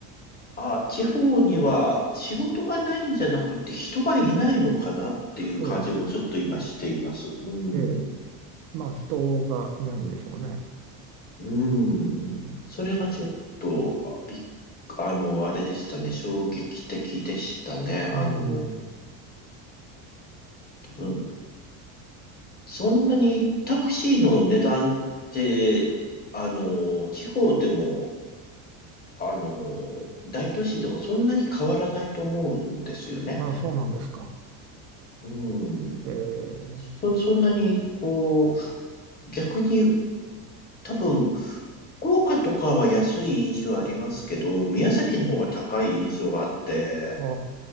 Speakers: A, on the left (about 20°); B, on the right (about 70°).
A: あ、地方には仕事がないんじゃなくて人がいないのかなっていう感じもちょっと今しています。
B: そうそうですね。
A: うん。
B: ええ、まあ人がいないんでしょうね。
A: うん。
B: うん、
A: それがちょっと、あびっあの、あれでしたね。衝撃的でしたね。あの、
B: うん、
A: 多分、そんなにタクシーの値段って、あの、地方でも、あの、大都市でもそんなに変わらないと思うんですよね。
B: ああ、そうなんですか。
A: うん。
B: ええ
A: そ、そんなに、こう、逆に多分、福岡とかは安い印象ありますけど、宮崎の方が高い印象があって、
B: ああ、